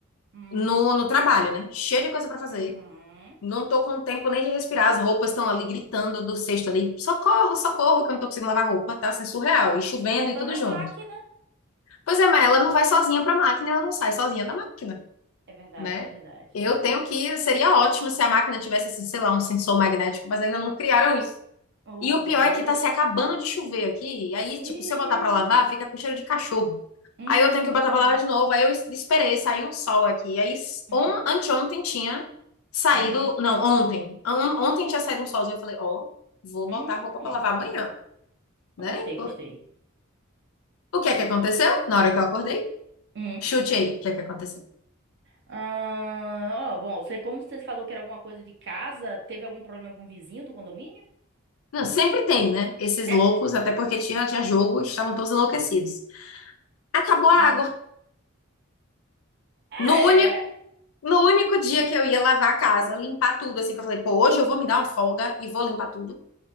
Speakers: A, on the right; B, on the left.
A: Uhum.
B: no, no trabalho, né? Cheia de coisa pra fazer.
A: Uhum.
B: Não tô com tempo nem de respirar. As roupas estão ali gritando do cesto ali, socorro, socorro, que eu não tô conseguindo lavar roupa, tá? Assim, surreal. E chovendo
A: Bota
B: e tudo
A: na
B: junto.
A: máquina.
B: Pois é, mas ela não vai sozinha pra máquina, ela não sai sozinha da máquina.
A: É verdade,
B: né?
A: é verdade.
B: Eu tenho que. Seria ótimo se a máquina tivesse, assim, sei lá, um sensor magnético, mas ainda não criaram isso.
A: Oh,
B: E o
A: meu
B: pior
A: Deus.
B: é que tá
A: eu est-
B: se acabando de chover aqui. E aí,
A: Ih.
B: tipo, se eu botar pra lavar, fica com cheiro de cachorro.
A: Hum.
B: Aí eu tenho que botar pra lavar de novo. Aí eu es- esperei, saiu o sol aqui. Aí s-
A: Uhum.
B: on, anteontem tinha saído.
A: Uhum.
B: Não, ontem. On- ontem tinha saído um solzinho. Eu falei, ó, vou
A: Hum.
B: botar a roupa pra lavar amanhã, né?
A: Gostei, gostei.
B: Por- O que é que aconteceu? Na hora que eu acordei,
A: Hum.
B: chute aí. O que é que aconteceu?
A: Ah, ó, bom, você, como você falou que era alguma coisa de casa, teve algum problema com o vizinho do condomínio?
B: Não, sempre tem, né? Esses
A: <laughs>
B: loucos, até porque tinha, tinha jogo, estavam todos enlouquecidos. Acabou a
A: Hum.
B: água. No
A: É.
B: único, no único dia que eu ia lavar a casa, limpar tudo, assim, que eu falei, pô, hoje eu vou me dar uma folga e vou limpar tudo.